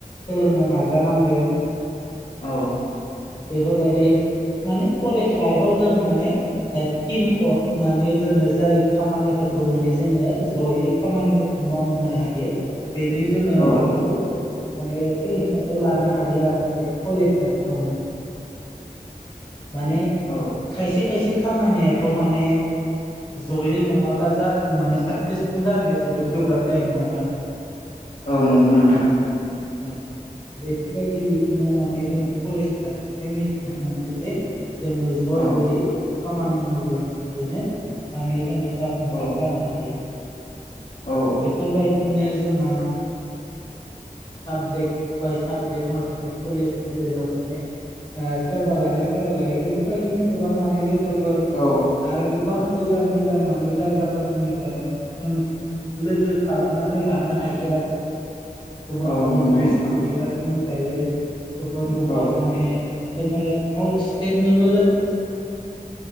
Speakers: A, on the left (about 30°); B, on the left (about 50°).
A: सोलोंनो नाजानांगोन ।
B: औ
A: बेफोरबायदि माने कलेज लाइफआव जों माने टिम वर्क माने जोङो जाय खामानिफोरखौ माने जोङो जयै खामानि मावनो हायो बेनि जोङो
B: औ
A: मा माने सोलोंथाइखौ लानो हायो आरो बे कलेज लाइफआवनो । माने
B: औ
A: खायसे खायसे खामानियाथ' माने जयै नङाब्ला जा माने साकसेसफुल जानाया जोबोद गोब्राब जायो नङा होनबा?
B: औ नंगौ नोंथां
A: औ बेफोरबायदि बिथिङाव माने जोङो कलेज लाइफ निफ्राय मिथिना मोनो जे जोङो ज'
B: औ
A: ज'यै खामानि मावब्ला थाबैनो माने जोङो जाफुंसार
B: औ
A: जानो हायो
B: औ
A: बेफोरबायदिनो जोंहा साबजेक्ट बाय साबजेक्ट माखासे कलेज लेभेलाव माने ओ सोरबा लानाय सोरबा लायै बेफोरबायदिनो गोबां माने लोगोफोर
B: औ
A: आरो गोबां गोजान गोजान माने जायगाफोरनिफ्राय माने जों लोगो खालामनानै लानो हायो आरो गुबुन
B: औ
A: गुबुन
B: नंगौ
A: ड्रिसटिकनिफ्राय
B: नोंथां
A: बुंजायो गुबुन गुबुन
B: औ
A: माने जोङो आउट स्टेटनिबो लो